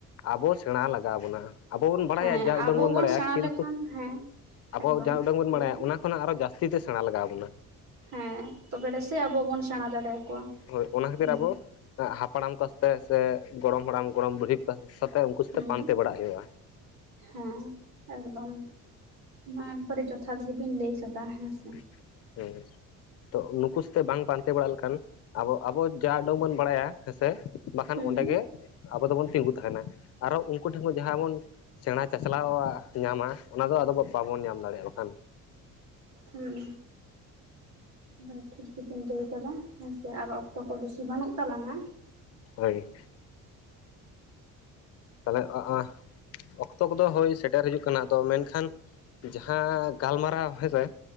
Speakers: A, on the left (about 50°); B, on the right (about 60°).
A: ᱟᱵᱚ ᱥᱮᱬᱟ ᱞᱟᱜᱟᱣ ᱵᱚᱱᱟ᱾ ᱟᱵᱚ ᱵᱚᱱ ᱵᱟᱲᱟᱭᱟ
B: ᱦᱮᱸ
A: ᱡᱟ
B: ᱟᱵᱚ
A: ᱩᱰᱟᱹᱝ ᱵᱚᱱ ᱵᱟᱲᱟᱭᱟ
B: ᱥᱮᱬᱟ
A: ᱠᱤᱱᱛᱩ
B: ᱞᱮᱠᱷᱟᱱ ᱦᱮᱸ
A: ᱟᱵᱚ
B: ᱮᱠᱫᱚᱢ
A: ᱡᱟ ᱩᱰᱟᱹᱝ ᱵᱚᱱ
B: ᱞᱟᱹᱭ
A: ᱵᱟᱲᱟᱭᱟ
B: ᱵᱮᱱ
A: ᱚᱱᱟ ᱠᱷᱚᱱᱟᱜ ᱟᱨᱚ ᱡᱟᱹᱥᱛᱤᱛᱮ ᱥᱮᱬᱟ ᱞᱟᱜᱟᱣ ᱟᱵᱚᱱᱟ
B: ᱦᱮᱸ ᱛᱚᱵᱮ ᱨᱮᱥᱮ ᱟᱵᱚ ᱵᱚᱱ ᱥᱮᱬᱟ ᱫᱟᱲᱮᱭᱟᱠᱚᱣᱟ
A: ᱦᱳᱭ ᱚᱱᱟ ᱠᱷᱟᱹᱛᱤᱨ
B: ᱦᱩᱸ
A: ᱟᱵᱚ ᱦᱟᱯᱟᱲᱟᱢ ᱠᱟᱛᱮ ᱥᱮ ᱜᱚᱲᱚᱢ ᱦᱟᱲᱟᱢ ᱜᱚᱲᱚᱢ ᱵᱩᱲᱦᱤ ᱥᱟᱛᱮ ᱩᱱᱠᱩ ᱥᱟᱛᱮᱜ
B: ᱦᱩᱸ
A: ᱯᱟᱱᱛᱮ ᱵᱟᱲᱟᱜ ᱦᱩᱭᱩᱜᱼᱟ
B: ᱦᱮᱸ ᱮᱠᱫᱚᱢ ᱢᱟ ᱮᱠᱵᱟᱨᱮ ᱡᱚᱛᱷᱟᱛ ᱜᱮᱵᱤᱱ ᱞᱟᱹᱭ ᱠᱟᱫᱟ ᱦᱮᱸᱥᱮ
A: <unintelligible> ᱛᱚ ᱱᱩᱠᱩ ᱥᱟᱛᱮ ᱵᱟᱝ ᱯᱟᱱᱛᱮ ᱵᱟᱲᱟ ᱞᱮᱠᱷᱟᱱ ᱟᱵᱚ ᱟᱵᱚ ᱡᱟ ᱩᱰᱟᱹᱝ ᱵᱚᱱ ᱵᱟᱲᱟᱭᱟ ᱦᱮᱸᱥᱮ, ᱵᱟᱠᱷᱟᱱ
B: ᱦᱩᱸ
A: ᱚᱸᱰᱮ ᱜᱮ ᱟᱵᱚ ᱫᱚ ᱵᱚᱱ ᱛᱤᱸᱜᱩ ᱛᱟᱦᱮᱱᱟ ᱟᱨ ᱦᱚᱸ ᱩᱱᱠᱩ ᱴᱷᱮᱱ ᱡᱟᱦᱟᱸ ᱵᱚᱱ ᱥᱮᱬᱟ ᱪᱟᱪᱞᱟᱣ-ᱟᱜ ᱧᱟᱢᱟ ᱚᱱᱟ ᱫᱚ ᱟᱫᱚ ᱵᱟᱵᱚᱱ ᱧᱟᱢ ᱫᱟᱲᱮᱭᱟᱜᱼᱟ ᱵᱟᱠᱷᱟᱱ᱾
B: ᱦᱩᱸ ᱵᱟ ᱴᱷᱤᱠ ᱜᱮᱵᱤᱱ ᱞᱟᱹᱭ ᱠᱟᱫᱟ ᱦᱮᱸ ᱥᱮ ᱟᱨ ᱚᱠᱛᱚ ᱠᱚ ᱵᱮᱥᱤ ᱵᱟᱹᱱᱩᱜ ᱛᱟᱞᱟᱝᱼᱟ
A: ᱦᱳᱭ ᱛᱟᱦᱚᱞᱮ ᱚᱜ ᱚ ᱚᱠᱛᱚ ᱠᱚᱫᱚ ᱦᱳᱭ ᱥᱮᱴᱮᱨ ᱦᱤᱡᱩᱜ ᱠᱟᱱᱟ ᱟᱫᱚ ᱢᱮᱱᱠᱷᱟᱱ ᱡᱟᱦᱟᱸ ᱜᱟᱞᱢᱟᱨᱟᱣ ᱦᱮᱸ ᱥᱮ